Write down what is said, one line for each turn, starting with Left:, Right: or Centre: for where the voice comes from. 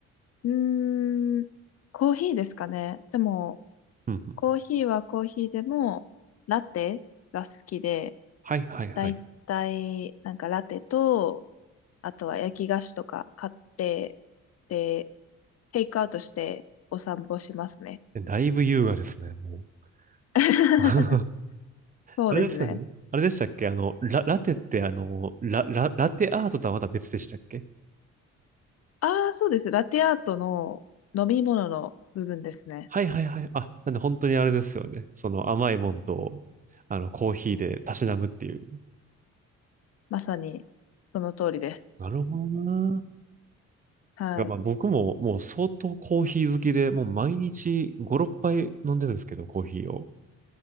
Left: うーん、コーヒーですかね。でも、
Right: うんうん。
Left: コーヒーはコーヒーでも、ラテが好きで、
Right: はいはいはい。
Left: だいたい、なんかラテと、あとは焼き菓子とか買って、で、テイクアウトしてお散歩しますね。
Right: えだいぶ優雅ですね、もう。
Left: <laughs>
Right: <laughs>
Left: そうですね。
Right: あれですよね。あれでしたっけあの、ラ、ラテってあの、ラ、ラ、ラテアートとはまた別でしたっけ
Left: ああ、そうです。ラテアートの飲み物の部分ですね。
Right: はいはいはい。あ、なんで本当にあれですよね。その甘いもんと、あの、コーヒーでたしなむっていう。
Left: まさにその通りです。
Right: なるほどな
Left: はい。
Right: いやまあ僕ももう相当コーヒー好きで、もう毎日5、6杯飲んでるんですけど、コーヒーを。